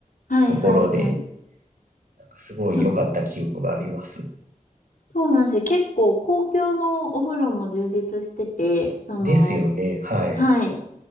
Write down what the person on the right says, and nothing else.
ところで、
なんかすごい良かった記憶があります。
ですよね。はい。